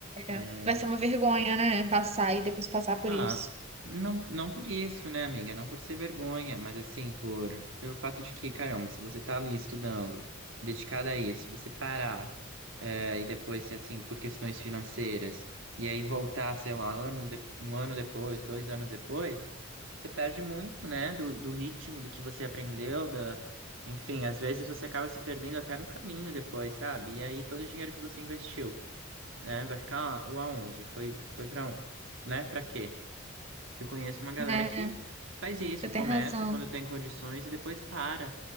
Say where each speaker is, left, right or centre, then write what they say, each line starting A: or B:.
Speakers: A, on the right; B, on the right.
A: É,
B: É. Vai ser uma vergonha, né? Passar e depois passar por
A: Ah,
B: isso.
A: não, não por isso, né, amiga? Não por ser vergonha, mas assim, por pelo fato de que, caramba, se você tá ali estudando, dedicada a isso, você parar, eh, e depois, se, assim, por questões financeiras, e aí voltar, sei lá, ano de- um ano depois, dois anos depois, você perde muito, né, do, do ritmo, do que você aprendeu, da... Enfim, às vezes você acaba se perdendo até no caminho depois, sabe? E aí todo o dinheiro que você investiu, né, vai ficar aonde? Foi, foi pra, um, né, pra quê? Que eu conheço uma galera
B: É,
A: que faz isso,
B: você
A: começa
B: tem razão.
A: quando tem condições e depois para.